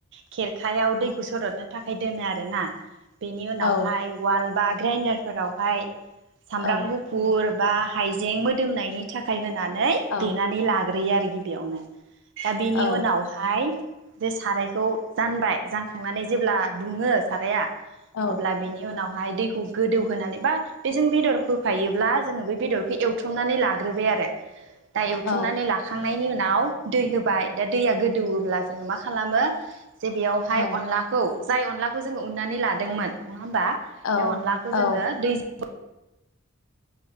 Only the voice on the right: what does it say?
खेरखायाव
दैखौ सरदनो थाखाय दोनो आरोना बेनि उनावहाय
उवाल बा ग्रेन्दारफोरावहाय सामब्राम
गुफुर बा हाइजें मोदोमनायनि थाखाय होनानै
देनानै लाग्रोयो आरोखि । बेयावनो दा बेनि
उनावहाय बेे सारायखौ जानबाय जानखांनानै जेब्ला दुङो साराया अब्ला
बिनि उनावहाय दैखौ गोदौ होनानै बा बेजों बेदर होफायोब्ला जों ओ बे बेदर एवथुमनानै लाग्रोबाय आरो दा एवथुमनानै
लाखांनायनि उन आव दै होबाय दा दैया गोदौओब्ला जोङो मा खालामो जे बेयावहाय
अनदलाखौ जाय अनलाखौ जोङो उननानै लादोंमोन नङा होमबा
बे अनलाखौ
जोङो दैजो